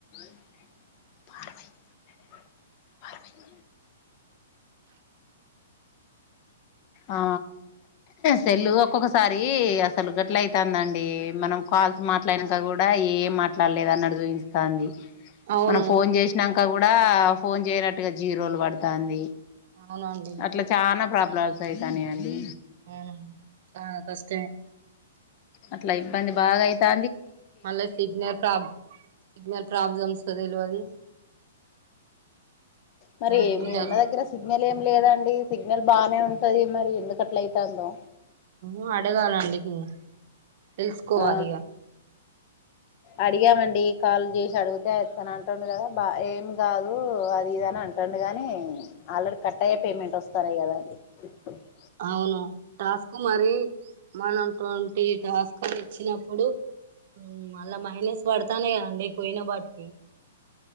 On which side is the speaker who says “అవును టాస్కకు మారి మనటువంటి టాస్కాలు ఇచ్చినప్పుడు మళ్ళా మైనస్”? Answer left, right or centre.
Right